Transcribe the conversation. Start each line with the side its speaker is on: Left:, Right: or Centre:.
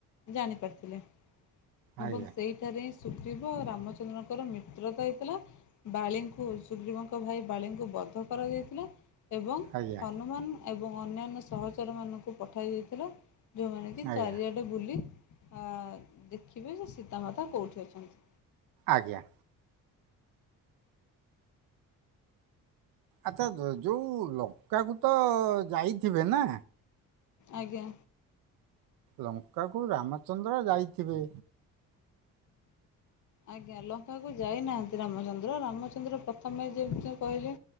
Left: ଜାଣି ପାରିଥିଲେ।
Right: ଆଜ୍ଞା
Left: ଏବଂ ସେଇ ଠାରେ ସୁଗ୍ରୀବ ରାମଚନ୍ଦ୍ରଙ୍କର ମିତ୍ରତା ହେଇଥିଲା ବାଳିଙ୍କୁ ସୁଗ୍ରୀବଙ୍କ ତ ଭାଇ ବାଳୀଙ୍କୁ ବଦ୍ଧ କରାଯାଇଥିଲା ଏବଂ
Right: ଆଜ୍ଞା
Left: ହନୁମାନ ଏବଂ ଅନ୍ୟାନ୍ୟ ସହଚର ମାନଙ୍କୁ ପଠାଇ ଦେଇଥିଲେ ଯେଉଁମାନେ କି
Right: ଆଜ୍ଞା
Left: ଚାରିଆ ଆଡ଼େ ବୁଲି ଆ ଦେଖିବେଯେ ସୀତାମାତା କୋଉଠି ଅଛନ୍ତି।
Right: ଆଜ୍ଞା। ଆଚ୍ଚା ଯ ଯୋଉ ଲଙ୍କାକୁତ ଯାଇଥିବେନା?
Left: ଆଜ୍ଞା।
Right: ଲଙ୍କାକୁ ରାମଚନ୍ଦ୍ର ଯାଇଥିବେ।
Left: ଆଜ୍ଞା ଲଙ୍କାକୁ ଯାଇନାହାନ୍ତି ରାମଚନ୍ଦ୍ର ରାମଚନ୍ଦ୍ର ପ୍ରଥମେ ଯେମିତି କହିଲେ